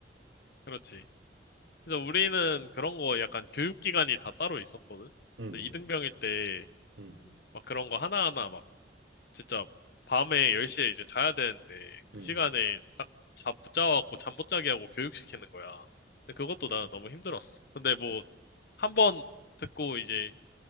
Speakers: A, on the left; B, on the right.
A: 그렇지. 그래서 우리는 그런 거 약간 교육기관이 다 따로 있었거든.
B: 응,
A: 그래서 이등병일 때
B: 응,
A: 막 그런 거 하나하나 막 진짜 밤에 10시에 이제 자야 되는데 그
B: 응.
A: 시간에 딱 자, 붙잡아갖고 잠 못 자게 하고 교육시키는 거야. 근데 그것도 나는 너무 힘들었어. 근데 뭐 한 번 듣고 이제